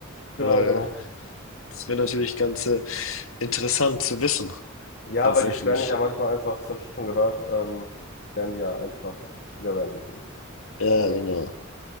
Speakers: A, on the left; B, on the left.
A: Genau,
B: weil
A: genau.
B: das wäre natürlich ganz äh, interessant zu wissen,
A: Ja,
B: tatsächlich.
A: weil die sperren ja manchmal einfach, das habe ich schon gehört, ähm, sperren die ja einfach sehr randomly.
B: Ja,
A: Ohne
B: genau.
A: richtigen.